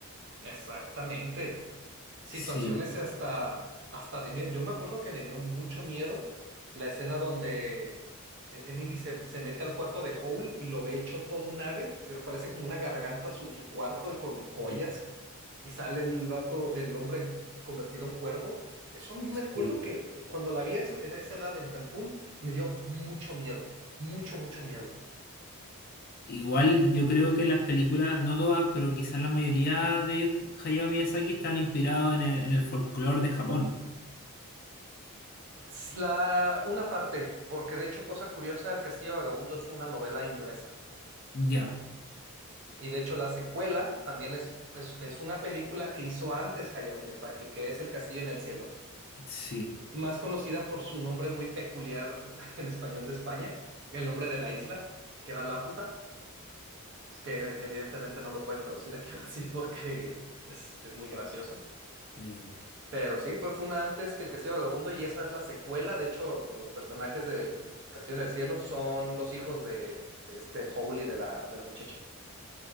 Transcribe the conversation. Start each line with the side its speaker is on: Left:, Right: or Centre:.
Right: Exactamente. Situaciones
Left: Sí,
Right: hasta, hasta de miedo. Yo me acuerdo que me dio mucho miedo la escena donde eh, Emily se, se mete al cuarto de Hole y lo ve hecho todo un ave, que parece como una garganta su, su cuarto y con joyas,
Left: sí,
Right: y sale el vato, el hombre convertido en cuervo. Eso a mí me
Left: sí.
Right: acuerdo que eh, cuando la vi a esa- en esa edad en Cancún, me dio mucho miedo, mucho, mucho miedo.
Left: Igual yo creo que las películas, no todas, pero quizás la mayoría de Hayao Miyazaki están inspirados en el, en el folclore de Japón.
Right: Es La, una parte, porque de hecho, cosa curiosa, El Castillo Vagabundo es una novela inglesa.
Left: Ya,
Right: Y de hecho, la secuela también es, es, es una película que hizo antes Hayao Miyazaki, que es El Castillo en el Cielo.
Left: sí.
Right: Más conocida por su nombre muy peculiar <laughs> en español de España, el nombre de la isla, que era Laputa. Es que evidentemente no lo pueden traducir aquí <laughs> así porque es, es muy gracioso.
Left: eh.
Right: Pero sí, fue, fue una antes que El Castillo Vagabundo y esa es la secuela. De hecho, los personajes de, de El Castillo en el Cielo son los hijos de, de este Howley de la, de la muchacha.